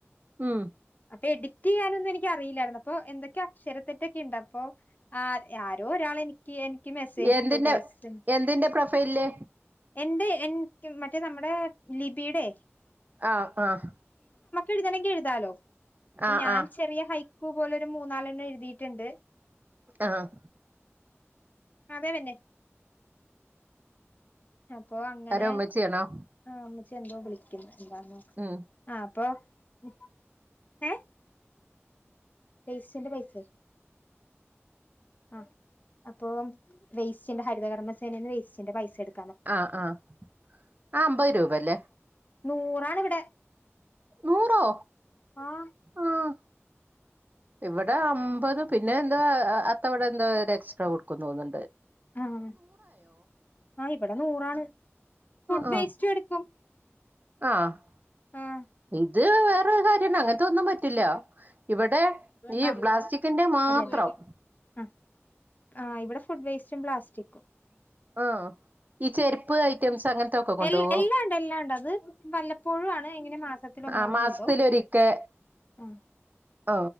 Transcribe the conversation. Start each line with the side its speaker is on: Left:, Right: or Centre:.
Right: ഉം
Left: അപ്പൊ എഡി റ്റ് ചെയ്യാനൊന്നും എനിക്ക് അറിയില്ലാര്ന്നു അപ്പൊ എന്തൊക്കെ അക്ഷരത്തെറ്റൊക്കെ ഇണ്ട് അപ്പോ ആഹ് ഏഹ് ആരോ ഒരാള് എനിക്ക്
Right: എന്തിൻ്റെ
Left: ഇട്ടു പേഴ്സൺ
Right: എന്തിൻ്റെ പ്രൊഫൈലില്
Left: എന്റെ എന് റ്റ് മറ്റേ നമ്മടെ ലിബിടെ
Right: ആഹ് ആഹ്
Left: എഴുതണെങ്കി എഴുതാലോ
Right: ആഹ്
Left: ഞാൻ
Right: ആഹ്
Left: ചെറിയ ഹൈ പ്പു പോലൊര് മൂന്നാലെണ്ണം എഴ്തീട്ട്ണ്ട്
Right: ആഹ്
Left: അതെ പിന്നെ അപ്പൊ അങ്ങനെ
Right: ആരാ ഉമ്മച്ചിയാണോ
Left: ആഹ് ഉമ്മച്ചി എന്തോ വിളിക്ക്ന്ന് എന്താ നോക്ക
Right: ഉം
Left: ആഹ് അപ്പൊ ഉം ഏഹ് പൈസന്റ പൈസെ ആഹ് അപ്പോ വേസ്റ്റ്ന്റെ ഹരിത കർമ സേനേന്ന് വേസ്റ്റ്ന്റെ പൈസ എട്
Right: ആഹ് ആഹ് ആഹ് അമ്പത് രൂപല്ലേ
Left: നൂറാണ് ഇവിടെ
Right: നൂറോ
Left: ആഹ്
Right: ആഹ് ഇവിടെ അമ്പത് പിന്നെ എന്തൊ ആഹ് അത്ത ഇവടെ എന്തൊ ഒരു എക്സ്ട്രാ കൊടുക്കും തോന്ന്ണ്ട്
Left: ആഹ് ആ ഇവിടെ നൂറാണ് ഫുഡ്
Right: ആഹ് ആഹ്
Left: വേസ്റ്റും എടുക്കും
Right: ആഹ്
Left: ആ
Right: <inaudible> ഇത് വേറൊരു കാര്യണ്ട് അങ്ങൻത്തൊന്നും പറ്റില്ല ഇവിടെ ഈ
Left: ആ
Right: പ്ലാസ്റ്റിക്കിന്റെ മാത്രം
Left: അതന്നെ ആ ആ ഇവിടെ ഫുഡ് വേസ്റ്റും പ്ലാസ്റ്റിക്കും
Right: ആഹ് ഈ ചെരുപ്പ് ഐറ്റംസ് അങ്ങൻത്തൊക്കെ കൊണ്ടോവോ
Left: എൽ എല്ലാം ഉണ്ട് എല്ലാം ഉണ്ട് അത് വല്ലപ്പോഴും ആണ് ഇങ്ങനെ മാസത്തിലൊന്നോ
Right: ആ
Left: അങ്ങനെ
Right: മാസത്തിലൊരിക്കെ
Left: എന്തോ ആ
Right: ആ